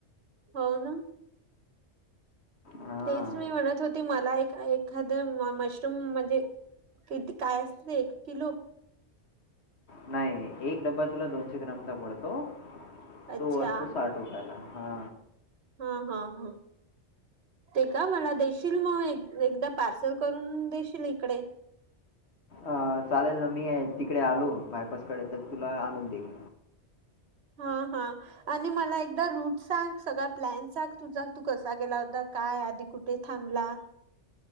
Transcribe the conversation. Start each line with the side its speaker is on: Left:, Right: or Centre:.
Right: हो न.
Left: हां.
Right: तेच मी म्हणत होती. मला एक एखाद मशरूम म्हणजे किती काय असते. एक किलो
Left: नाही, एक डब्बा तुला दोनशे ग्रामचा पडतो.
Right: अच्छा
Left: तो असतो साठ रुपयाला. हा,
Right: हा हा हा, ते का मला देशील मग एक एकदा पार्सल करून देशील इकडे.
Left: अ चालेल ना, मी तिकडे आलो बायपासकडे तर तुला आणून देईल.
Right: हा हा, आणि मला एकदा रूट सांग सगळा प्लॅनचा तुझा तू कसा गेला होता. काय आधी कुठे थांबला.